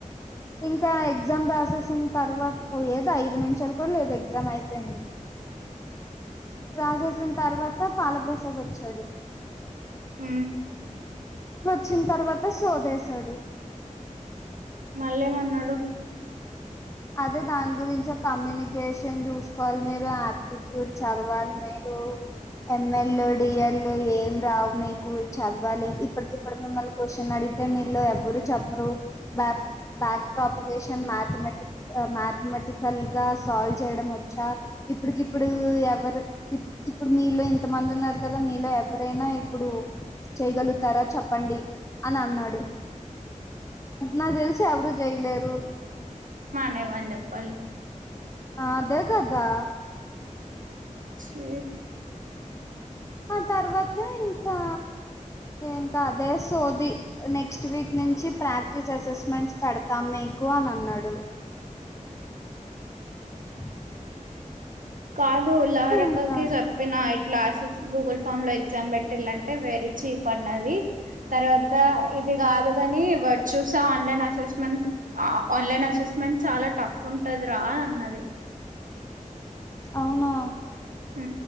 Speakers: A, on the left; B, on the right.
A: ఇంకా ఎగ్జామ్ రాసేసిన తర్వాత ఏదో ఐదు నిమిషాలు కూడా లేదు ఎగ్జామ్ అయిపోయింది రాసేసిన తర్వాత పాలప్రసాద్ వచ్చాడు
B: అ
A: వచ్చిన తర్వాత సోదేశాడు
B: మళ్ళేమన్నాడు
A: అదే దాని గురించి కమ్యూనికేషన్ చూసుకోవాలి మీరు ఆయాప్టిట్యూడ్ చదవాలి మీరు ఎంఎల్ ఉ డిఎల్లు ఏం రావు మీకు చదవాలి ఇప్పటికిప్పుడు మిమ్మల్ని క్వశ్చన్ అడిగితే మీలో ఎవరు చెప్పరు బా బ్యాక్ ప్రాపగేషన్ మాథమెటిక్ మ్యాథమెటికల్ గా సాల్వ్ చేయడం వచ్చా ఇప్పుడుకిప్పుడు ఎవరు ఇప్ ఇప్పుడు మీ మీలో ఇంత మంది ఉన్నారు కదా మీలో ఎవరైనా ఇప్పుడు చేయగలుగుతారో చెప్పండి అని అన్నాడు నాకు తెలిసి ఎవరు చేయలేరు
B: నేవందప్పలి
A: ఆదే కదా
B: చీ
A: ఆ తర్వాత ఇంకా ఇంకా అదే సోది నెక్స్ట్ వీక్ నుంచి ప్రాక్టీస్ అసెస్మెంట్స్ పెడతాం మీకు కు అని అన్నాడు బ
B: కాదు లాహరక్కకి
A: ఇంకా
B: చెప్పిన ఇట్లా assess Google form like exam పెటిలంటే వెరీ చీప్ అన్నది తర్వాత ఇది కాదు కాని వడ్ చూసా ఆన్లైన్ అసెస్మెంట్ ఆన్లైన్ అసెస్మెంట్ చాలా టఫ్ ఉంటది రా అని అన్నది
A: అవునా
B: ఊ